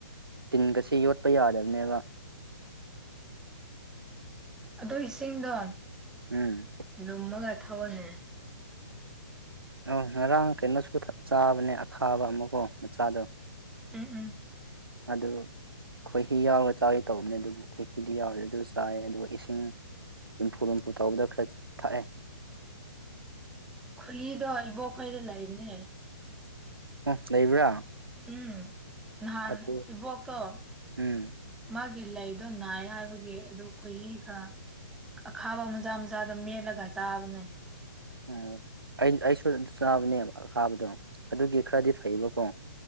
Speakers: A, on the right; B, in the centre.
A: ꯇꯤꯟꯒꯁꯤ ꯌꯣꯠꯄ ꯌꯥꯗꯕꯅꯦꯕ
B: ꯑꯗꯣ ꯏꯁꯤꯡꯗꯣ
A: ꯎꯝ
B: ꯂꯨꯝꯃꯒ ꯊꯧꯑꯅꯦ
A: ꯑꯥ ꯉꯔꯥꯡ ꯀꯩꯅꯣꯁꯨ ꯆꯥꯕꯅꯦ ꯑꯈꯥꯕ ꯑꯃꯀꯣ ꯃꯆꯥꯗꯣ
B: ꯎꯝ ꯎꯝ
A: ꯑꯗꯨ ꯈꯣꯏꯍꯤ ꯌꯥꯎꯔꯒ ꯆꯥꯒꯦ ꯇꯧꯕꯅꯦ ꯑꯗꯨꯕꯨ ꯈꯣꯏꯍꯤꯗꯤ ꯌꯥꯎꯔꯗꯤ ꯑꯗꯨ ꯆꯥꯏ ꯑꯗꯨꯒ ꯏꯁꯤꯡ ꯂꯨꯝꯐꯨ ꯂꯨꯝꯐꯨ ꯇꯧꯕꯗꯣ ꯈꯔ ꯊꯛꯑꯦ
B: ꯈꯨꯍꯤꯗꯣ ꯏꯕꯣꯛꯈꯣꯏꯗ ꯂꯩꯕꯅꯦ ꯌꯥꯏ
A: ꯑꯣ ꯂꯩꯕ꯭ꯔꯥ
B: ꯎꯝ ꯅꯍꯥꯟ
A: ꯑꯗꯨ
B: ꯏꯕꯣꯛꯇꯣ
A: ꯎꯝ
B: ꯃꯥꯒꯤ ꯂꯩꯗꯣ ꯅꯥꯏ ꯍꯥꯏꯕꯒꯤ ꯑꯗꯨ ꯈꯣꯏꯍꯤꯒ ꯑꯈꯥꯕ ꯃꯆꯥ ꯃꯆꯥ ꯗꯨ ꯃꯦꯠꯂꯒ ꯆꯥꯕꯅꯦ
A: ꯑꯣ ꯑꯩ ꯑꯩꯁꯨ ꯑꯗꯨ ꯆꯥꯕꯅꯦꯕ ꯑꯈꯥꯕꯗꯣ ꯑꯗꯨꯒꯤ ꯈꯔꯗꯤ ꯐꯩꯌꯦꯕꯀꯣ